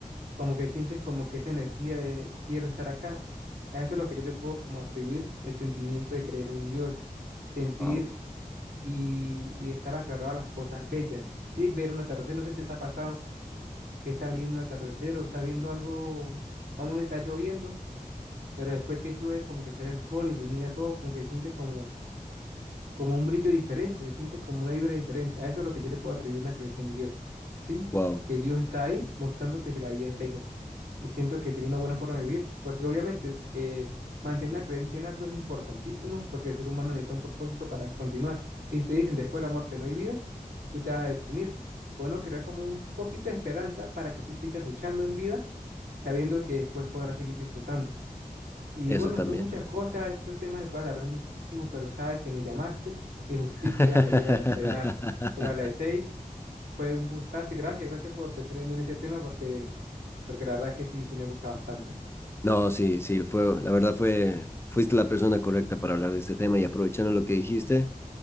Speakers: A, on the right; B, on the left.
A: como que sientes como que esa energía de quiero estar acá. A eso es lo que yo le puedo como atribuir el sentimiento de creer en un dios, sentir
B: Wow,
A: y, y estar aferrado a las cosas bellas. Sí, ver un atardecer, no sé si te ha pasado que estás viendo un atardecer o estás viendo algo, vamos a decir, está lloviendo, pero después que llueve, como que sale el sol, ilumina todo, como que se siente como, como un brillo diferente, se siente como una vibra diferente. A eso es lo que yo le puedo atribuir una creencia en Dios, ¿sí?
B: wow,
A: Que Dios está ahí mostrándote que la vida es bella. Y siento que sería una buena forma de vivir, porque obviamente eh, mantener una creencia en algo es importantísimo, porque el ser humano necesita un propósito para continuar. Y si te dicen después de la muerte no hay vida, tú te vas a deprimir. Bueno, crear como un poquito de esperanza para que tú sigas luchando en vida, sabiendo que después podrás seguir disfrutando. Y
B: eso
A: bueno,
B: también.
A: son muchas cosas, estos temas se puede alargar muchísimo, pero sabes que me llamaste y justico
B: <laughs>
A: iba a salir a entrenar. Pero a las seis fue un gustazo y gracias, gracias por pensar en mí en este tema porque, porque la verdad es que sí, sí me gusta bastante.
B: No, sí, sí, fue, la verdad fue, fuiste la persona correcta para hablar de este tema y aprovechando lo que dijiste,